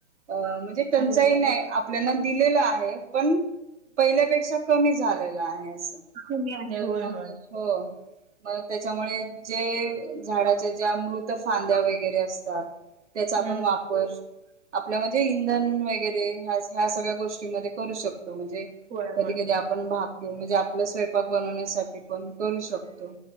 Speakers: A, on the right; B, on the right.
A: अ म्हणजे टंचाई
B: आहे.
A: नाही आपल्याना दिलेलं आहे पण पहिल्यापेक्षा कमी झालेला आहे अस
B: कमी आहे.
A: तर
B: होय,
A: मग
B: होय.
A: हो मग त्याच्यामुळे जे झाडाच्या ज्या मृत फांद्या वगैरे असतात. त्याचा आपण
B: हं.
A: वापर आपल्यामध्ये जे इंधन वगैरे ह्या सगळ्या गोष्टीमध्ये करू शकतो म्हणजे
B: होय,
A: कधी
B: होय.
A: कधी आपण म्हणजे आपला स्वयंपाक बनवण्यासाठी पण करू शकतो.